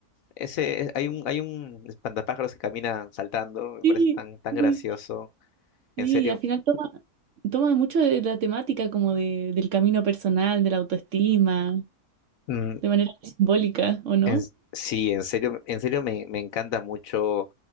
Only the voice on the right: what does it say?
sí,
sí.
Sí,
y al final toma, toma mucho de la temática como de, del camino personal, de la autoestima,
de manera simbólica, ¿o no?